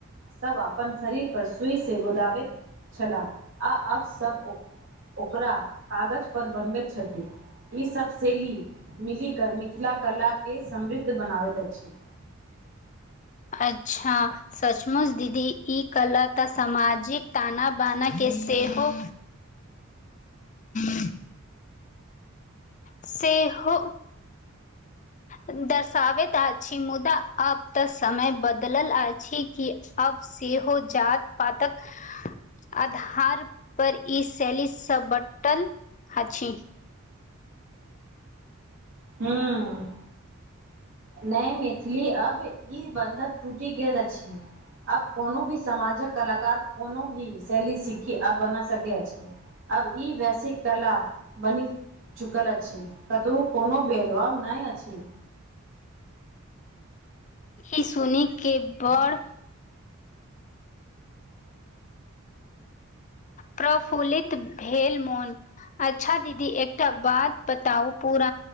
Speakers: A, on the right; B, on the left.
A: सब अपन शरीर पर सुई से गुदाबित छला, आ अब सब ओ ओकरा कागज पर बनबैत छथि। ईसभ शैेली, मिलिकऽ मिथिला कलाके समृद्ध बनाबैत अछि।
B: अच्छा! सचमुच दीदी, ई कला तऽ सामाजिक ताना बाना के सेहो <inaudible> से हौ। दर्शाबैत अछि, मुदा अब तऽ समय बदलल अछि, कि अब सेहो जात पातक आधार पर, ई शैलीसँ बटल अछि।
A: हुँ। नहि मैथिली अब ई बन्धक टूटि गेल अछि। अब कोनो भी समामाजक कलाक, कोनो भी शैली सिखी अब बना सक अछि। अब ई वैसी कला बनी चुकल अछि, कतहु कोनो भेदभाव नहि अछि।
B: ई सुनिक के बड़ प्रफुलित भेल मन। अच्छा दीदी! एकटा बात बताउ, पुर